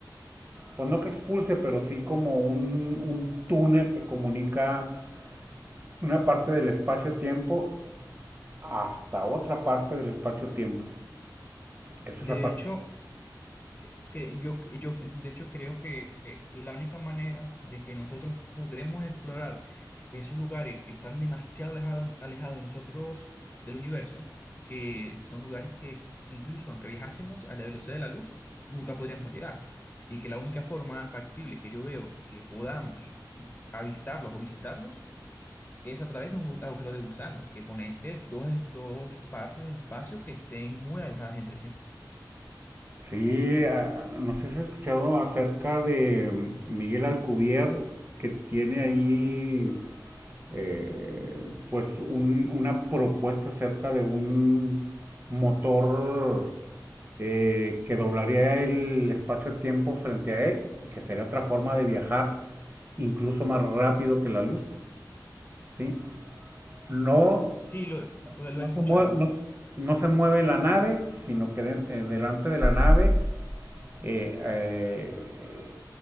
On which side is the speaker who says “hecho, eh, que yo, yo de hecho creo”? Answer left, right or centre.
Left